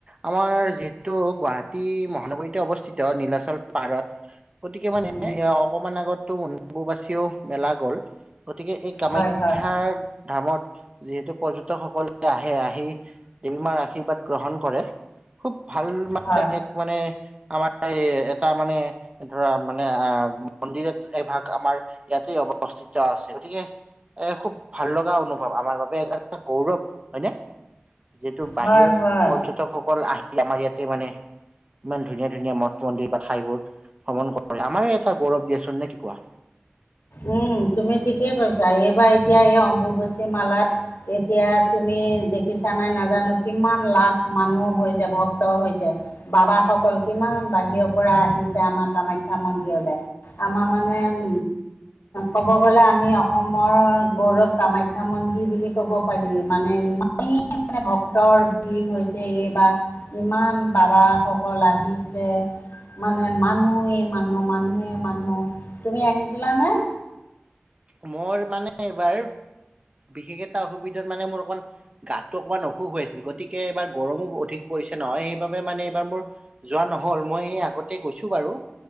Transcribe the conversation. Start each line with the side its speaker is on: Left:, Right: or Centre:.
Right: আমাৰ যিহেতু গুৱাহাটী মহানগৰীতে অৱস্থিত, নীলাচল পাহাৰত গতিকে মানে
Left: উম,
Right: এ অকমান আগতো অম্বুবাচিও মেলা গ'ল, গতিকে এ কামাখ্যাৰ
Left: হয় হয়
Right: ধামত যিহেতু পৰ্যটকসকল আহে, আহি দেৱী মাৰ আশীৰ্বাদ গ্ৰহণ কৰে, খুব ভাল মানে
Left: হয়
Right: এক মানে আমাৰ এই এটা মানে ধৰা মানে আহ মন্দিৰত এভাগ আমাৰ ইয়াতে অৱস্থিত ত আছে, গতিকে এ খুব ভাল লগা অনুভৱ আমাৰ বাবে, এটা গৌৰৱ হয়নে? যিহেতু বাহিৰৰ
Left: হয় হয়
Right: পৰ্যটকসকল আহি আমাৰ ইয়াতে মানে ইমান ধুনীয় ধুনীয়া মঠ মন্দিৰ বা ঠাইবোৰ ভ্ৰমণ কৰে, আমাৰ এটা গৌৰৱ দিয়াচোন নে কি কোৱা?
Left: উম, তুমি ঠিকেই কৈছা, এইবাৰ এতিয়া এই অম্বুবাচী মালাত এতিয়া তুমি দেখিছা নাই নাজানো কিমান লাখ মানুহ হৈছে, ভক্ত হৈছে। বাবা সকল কিমান বাহিৰৰ পৰা আহিছে আমাৰ কামাখ্যা মন্দিৰলে। আমাৰ মানে উম ক'ব গ'লে আমি অসমৰ গৌৰৱ কামাখ্যা মন্দিৰ বুলি ক'ব পাৰি। মানে ইমান মানে ভক্তৰ ভিৰ হৈছে, এই বা ইমান বাবাসকল আহিছে। মানে মানুহে মানুহ, মানুহে মানুহ, তুমি আহিছিলানে?
Right: মোৰ মানে এইবাৰ বিশেষ এটা অসুবিধাত মানে মোৰ অকণ গাটো অকণমান অসুখ হৈ আছিল, গতিকে এইবাৰ গৰমো অধিক পৰিছে নহয় সেইবাবে মানে এইবাৰ মোৰ যোৱা নহল, মই এ আগতে গৈছো বাৰু।